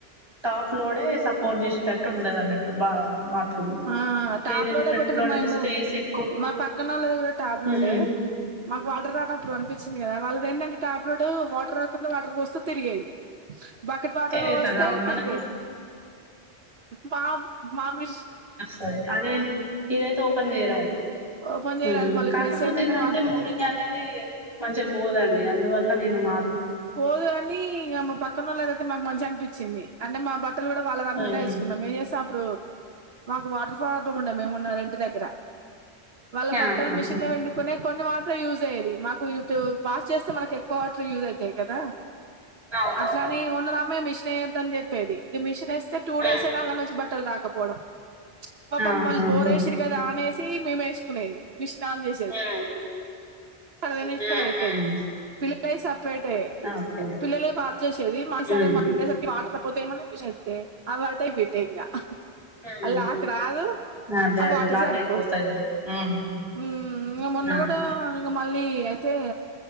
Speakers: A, on the right; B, on the right.
A: టాప్ లోడే స చేసేటట్టు ఉండదన్నట్టు బా బా త్రూం
B: ఆ ఆ
A: వేరెది
B: టాప్ లోడే
A: ఫ్రంట్
B: పెట్టరు
A: లో అయితే
B: మేము
A: స్పేస్ ఎక్కువ
B: మా పక్కనోళ్ళది కూడా టాప్ లోడే
A: ఉమ్
B: మాకు వాటర్ రానప్పుడు అనిపిస్తుంది గదా వాళ్ళది ఏంటంటే టాప్ లోడ్ వాటర్ రాకున్నా వాటర్ పోస్తే తిరిగేది బకెట్ వాటర్
A: తిరుగుతుంది
B: పోస్తే
A: అవును
B: తిరిగేది
A: మనకు
B: మా మా మిషి
A: సరే అదే ఇదైతే ఓపన్ చేయరాదు
B: ఓపెన్ చేయరాదు
A: ఉమ్
B: మళ్ళీ
A: కాకపోతే
B: ప్లస్ ఏంటంటే
A: ఏందంటే
B: మా
A: మురికి అనేది మంచిగా పోదండి అందువల్ల నేను మా
B: పోదు గని ఇగ మా పక్కనోళ్ళదైతే మాకు మంచిగ అనిపించింది అంటే మా బ ట్టలు కూడా వాళ్ళ దాంట్లోనే
A: మ్మ్
B: ఎసుకున్నాం ఎ స ప్పుడు మాకు వాటర్ ఫా బ్లమ్ ఉండె మేమున్న రెంట్ దగ్గర వాళ్ళ బట్టలు
A: ఆహాహా
B: మిషన్ లో పిండుకునే కొన్ని వాటర్ యూజ్ అయ్యేది మాకు ఇటు వాష్ చేస్తే మనకు ఎక్కువ వాటర్ యూజ్ అయితాయి కదా
A: అవునవును
B: అట్లాని ఓనరామే మిషన్ వేయొద్దని చెప్పేది ఇగ మిషన్ ఎస్తే టూ
A: మ్మ్
B: డేస్ అయినా అళ్లనుంచి బట్ ట్టలు రాకపోవడం పాపం
A: ఆహాహా
B: వాళ్ళు బోరేసిర్రు కద ఆనేసి మేము ఎసుకునేది మిషిన్ ఆన్ చేసేది
A: మ్మ్
B: పది నిమిషాలు
A: మ్మ్
B: అయితది
A: మ్మ్
B: పిలి పిల్లలై సపరేట్ఏ
A: ఓకే
B: పిల్లలు వాచ్ చేసేది మా సారె
A: మ్మ్
B: మా పిండేసరికి వాటర్ పోతే ఏమన్న పిసస్తే అవి అటే ఇవి ఇటే ఇంక
A: మ్మ్
B: అల్ల ఆకు రాదు <unintelligible>
A: అదే
B: ఆ
A: అదే
B: వాటర్
A: లాక్
B: సరిపోదు
A: అయిపోతది ఇగ మ్మ్
B: ఊమ్ ఆ మొన్న కూడా
A: ఓకే
B: ఇంగ మళ్ళీ అయితే